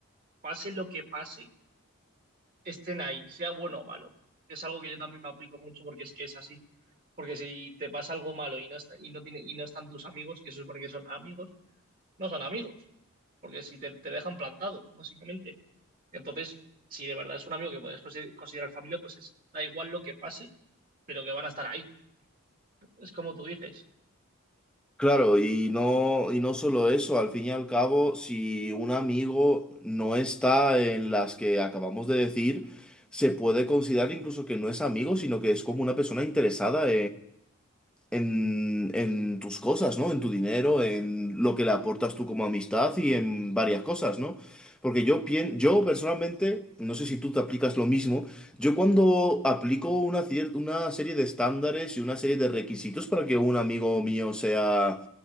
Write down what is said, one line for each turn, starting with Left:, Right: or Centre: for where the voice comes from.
Right: pase lo que pase, estén ahí, sea bueno o malo. Es algo que yo también me aplico mucho porque es que es así. Porque si te pasa algo malo y no está, y no tiene, y no están tus amigos, que eso es porque son amigos, no son amigos. Porque si te, te dejan plantado, básicamente. Entonces, si de verdad es un amigo que puedes consi- considerar familia, pues es, da igual lo que pase, pero que van a estar ahí. Es como tú dices.
Centre: Claro, y no, y no solo eso, al fin y al cabo, si un amigo no está en las que acabamos de decir, se puede considerar incluso que no es amigo, sino que es como una persona interesada en, en tus cosas, ¿no? En tu dinero, en lo que le aportas tú como amistad y en varias cosas, ¿no? Porque yo pien, yo personalmente, no sé si tú te aplicas lo mismo, yo cuando aplico una cier- una serie de estándares y una serie de requisitos para que un amigo mío sea